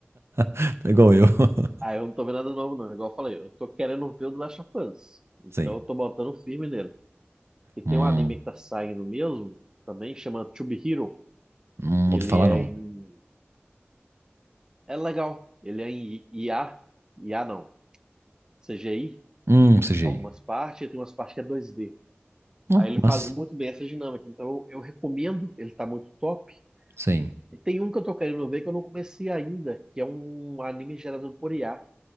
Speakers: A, on the right; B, on the right.
A: <laughs> É igual eu. <laughs>
B: Aí eu não tô vendo nada novo, não. Igual eu falei, eu tô querendo ver o do Last of Us. Então
A: Sim.
B: eu tô botando firme nele. E tem
A: Hum,
B: um anime que tá saindo mesmo, também, chama To Be Hero.
A: não
B: Ele
A: ouvi falar
B: é
A: não.
B: em. É legal. Ele é em IA. IA não. CGI,
A: Hum, CGI.
B: algumas partes, e tem umas partes que é 2D.
A: Ó,
B: Aí ele
A: que massa.
B: faz muito bem essa dinâmica. Então eu recomendo, ele tá muito top.
A: Sim.
B: E tem um que eu tô querendo ver que eu não comecei ainda, que é um anime gerado por IA.